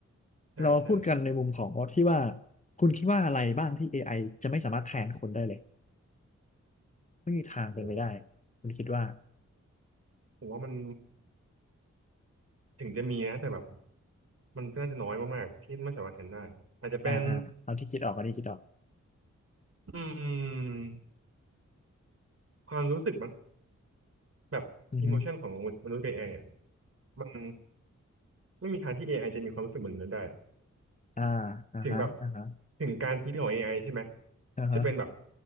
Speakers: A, on the right (about 50°); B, on the left (about 25°).
A: ใช่ใช่
B: เรามาพูดกันในมุมของที่ว่าคุณคิดว่าอะไรบ้างที่ AI จะไม่สามารถแทนคนได้เลยไม่มีทางเป็นไปได้
A: โห
B: คุณคิดว่า
A: ผมว่ามันถึงจะมีนะแต่แบบมันก็น่าจะน้อยมากๆที่ไม่สามารถแทนได้อาจจะเป็น
B: อ่าอ่าเอาที่คิดออกมาที่คิดออก
A: อืมความรู้สึกมันแบบอิโมชันของมนุษย์กับ
B: อือฮึ
A: AI อไออะมัน ไม่มีทางที่ AI จะมีความรู้สึกเหมือนมนุษย์ได้อะ
B: อ่าอ่าฮะอ่าฮะ
A: ถึงแบบถึงการคิดของ AI ใช่ไหม
B: อ่าฮะ
A: จะเป็นแบบ